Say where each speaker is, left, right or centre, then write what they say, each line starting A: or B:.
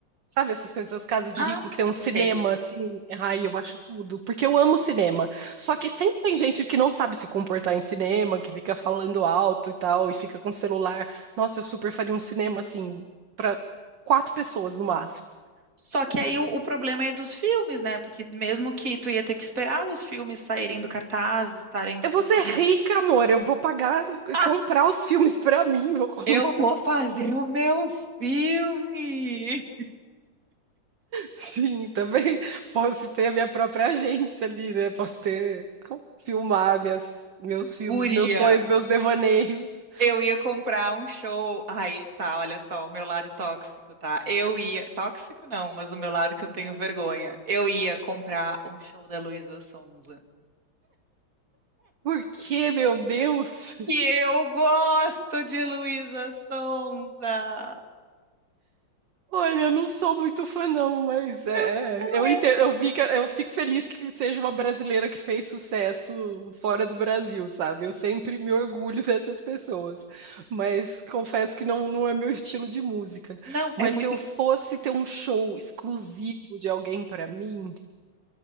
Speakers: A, on the right; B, on the right.
A: Sabe essas coisas, as casas de
B: Ah,
A: rico que tem um cinema,
B: sei.
A: assim, ai, eu acho tudo, porque eu amo cinema. Só que sempre tem gente que não sabe se comportar em cinema, que fica falando alto e tal, e fica com celular. Nossa, eu super faria um cinema, assim, pra quatro pessoas no máximo.
B: Só que aí o, o problema é dos filmes, né? Porque mesmo que tu ia ter que esperar os filmes saírem do cartaz, estarem disponíveis.
A: Eu vou ser rica,
B: <laughs>
A: amor, eu vou pagar, e
B: Ah,
A: comprar os filmes pra mim, vou <laughs>
B: eu vou fazer o meu filme!
A: Sim, também <laughs> posso ter a minha própria agência ali, né? Posso ter, ah, filmar minhas, meus filmes,
B: Guria,
A: meus sonhos, meus devaneios.
B: eu ia comprar um show. Aí, tá, olha só, o meu lado tóxico, tá? Eu ia. Tóxico não, mas o meu lado que eu tenho vergonha. Eu ia comprar um show da Luísa Sonza.
A: Por que, meu Deus? <laughs>
B: E eu gosto de Luísa Sonza!
A: Olha, eu não sou muito fã, não, mas é,
B: Eu- não
A: é, eu
B: é.
A: entendo, eu vi que- eu fico feliz que seja uma brasileira que fez sucesso fora do Brasil, sabe? Eu sempre me orgulho <laughs> dessas pessoas, mas confesso que não, não é meu estilo de música.
B: Não,
A: Mas
B: é muito.
A: se eu fosse ter um show exclusivo de alguém pra mim,